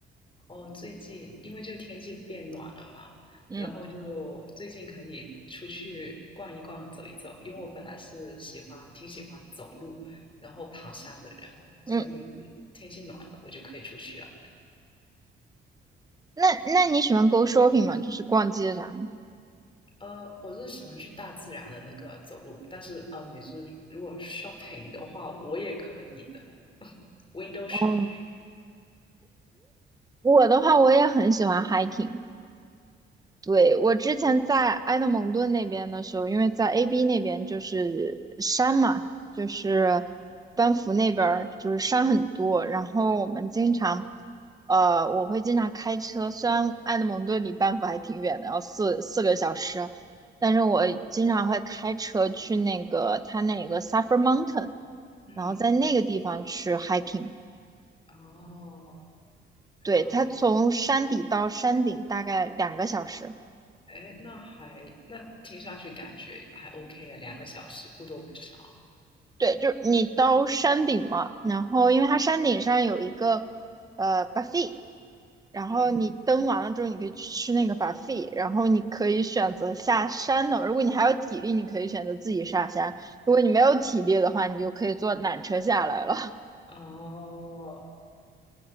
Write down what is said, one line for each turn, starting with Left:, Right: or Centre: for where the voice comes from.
Left: 哦，最近因为就天气变暖了嘛，
Right: 嗯
Left: 然后就最近可以出去逛一逛、走一走，因为我本来是喜欢挺喜欢走路，然后爬山的人，所以天气暖了，
Right: 嗯，
Left: 我就可以出去了。
Right: 那那你喜欢 go shopping 吗？就是逛街啥的。
Left: 呃，我是喜欢去大自然的那个走路，但是嗯，你是如果 shopping 的话，我也可以的 <laughs>，window shop。
Right: 哦，我的话，我也很喜欢 hiking，对，我之前在埃德蒙顿那边的时候，因为在 AB 那边就是山嘛，就是班夫那边儿就是山很多，然后我们经常，呃，我会经常开车，虽然埃德蒙顿离班夫还挺远的，要四四个小时，但是我经常会开车去那个它那个 Suffer Mountain，
Left: 嗯，
Right: 然后在那个地方去 hiking，
Left: 哦，
Right: 对，
Left: 好。
Right: 它从山底到山顶大概两个小时。
Left: 哎，那还那听上去感觉还 OK 啊，两个小时不多不少。
Right: 对，就是你到山顶嘛，然后因为它山顶上有一个呃 buffet，然后你登完了之后，
Left: 嗯，
Right: 你可以去吃那个 buffet，然后你可以选择下山的。如果你还有体力，你可以选择自己下山；如果你没有体力的话，你就可以坐缆车下来了。
Left: 哦，